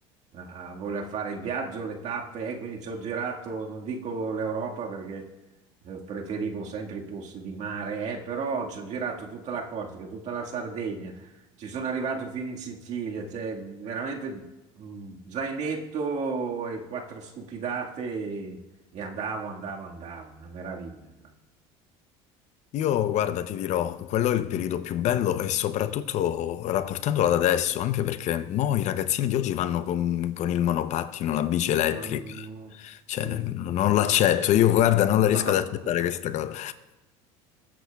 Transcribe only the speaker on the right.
a- a voler fare il viaggio, le tappe, eh, quindi ci ho girato, non dico l'Europa perché eh, preferivo sempre i posti di mare, eh, però ci ho girato tutta la Corsica, tutta la Sardegna, ci sono arrivato fino in Sicilia, cioè veramente... mm, Zainetto e quattro stupidate e andavo, andavo, andavo, una meraviglia.
No, no, no.
Sì.
No.
<laughs>